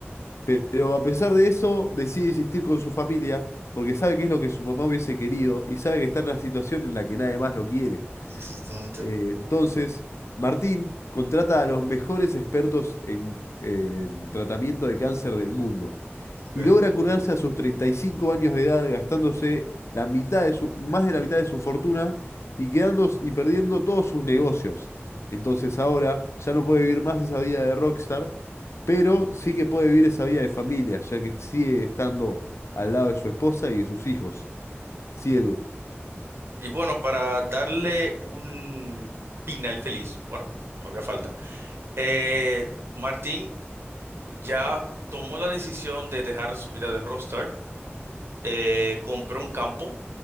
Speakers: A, on the left (about 80°); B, on the right (about 65°).
A: Pero a pesar de eso, decide existir con su familia porque sabe que es lo que su mamá hubiese querido y sabe que está en una situación en la que nadie más lo quiere.
B: Exactamente.
A: Eh, entonces, Martín contrata a los mejores expertos en, en tratamiento de cáncer del mundo
B: Ok.
A: y logra curarse a sus 35 años de edad gastándose la mitad de su, más de la mitad de su fortuna y quedando y perdiendo todos sus negocios. Entonces ahora ya no puede vivir más esa vida de rockstar, pero sí que puede vivir esa vida de familia, ya que sigue estando al lado de su esposa y de sus hijos. Sí, Edu.
B: Y bueno, para darle un final feliz, bueno, todavía falta, eh, Martín ya tomó la decisión de dejar su vida de rockstar, eh, compró un campo